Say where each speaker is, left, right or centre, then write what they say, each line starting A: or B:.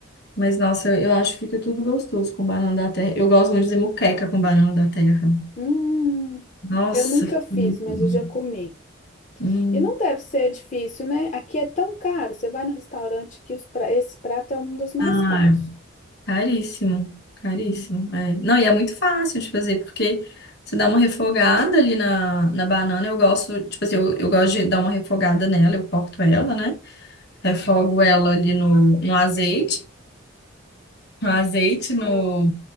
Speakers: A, on the left (about 50°); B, on the left (about 35°).
A: Mas, nossa, eu, eu acho que fica tudo gostoso com banana da terra. Eu gosto muito de fazer moqueca com banana da terra.
B: Hum,
A: Nossa,
B: eu nunca
A: fica
B: fiz,
A: muito
B: mas
A: bom.
B: eu já comi.
A: Hum.
B: E não deve ser difícil, né? Aqui é tão caro. Você vai no restaurante que os pra... esse prato é um dos mais
A: Ah,
B: caros.
A: caríssimo, caríssimo. é. Não, e é muito fácil de fazer, porque você dá uma refogada ali na, na banana. Eu gosto, tipo assim, eu, eu gosto de dar uma refogada nela, eu corto ela, né? Refogo ela ali no, no azeite, no azeite, no,
B: Ah,